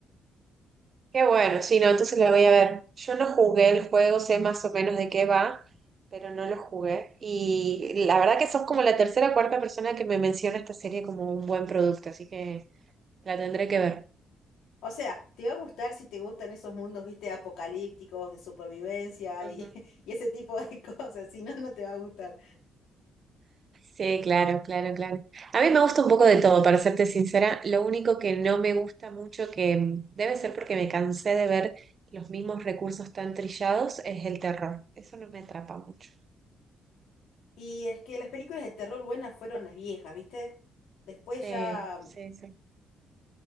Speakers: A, on the right; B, on the left.
A: Qué bueno, sí, no, entonces la voy a ver. Yo no jugué el juego, sé más o menos de qué va, pero no lo jugué. Y la verdad que sos como la tercera o cuarta persona que me menciona esta serie como un buen producto, así que la tendré que ver.
B: O sea, te va a gustar si te gustan esos mundos, viste, apocalípticos, de supervivencia
A: Ujú.
B: y, <laughs> y ese tipo de <laughs> cosas, si no, no te va a gustar.
A: Sí, claro, claro, claro. A mí me gusta un poco de todo, para serte sincera. Lo único que no me gusta mucho, que mm, debe ser porque me cansé de ver los mismos recursos tan trillados, es el terror. Eso no me atrapa mucho.
B: Y es que las películas de terror buenas fueron las viejas, viste. Después
A: Sí,
B: ya,
A: sí, sí.